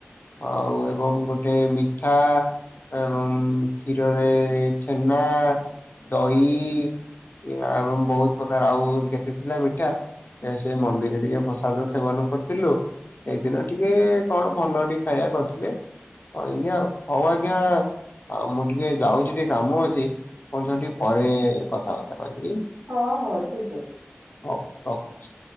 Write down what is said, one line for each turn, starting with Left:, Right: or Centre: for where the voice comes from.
Left: ଆଉ ଏବଂ ଗୋଟେ ମିଠା। ଏବଂ କ୍ଷୀରରେ ଛେନା। ଦହି ଏ ଆଉ ବହୁତ ପ୍ରକାର ଆଉ କେତେ ଥିଲା ମିଠା। ଏ ସେ ମନ୍ଦିରେ ଟିକେ ପ୍ରସାଦ ସେବନ କରିଥିଲୁ। ଏଇଦିନ ଟିକେ କଣ ଭଲ ଟିକେ ଖାଇବା କରିଥିଲେ। ଆଜ୍ଞା ହଉ ଆଜ୍ଞା ଆଉ ମୁଁ ଟିକେ ଯାଉଛି ଟିକେ କାମ ଅଛି। ତମ ସାଙ୍ଗେ ଟିକେ ପରେ କଥାବାର୍ତ୍ତା କରିବି।
Right: ହଁ ହଉ ଠିକ୍
Left: ହଉ ରଖୁଛି।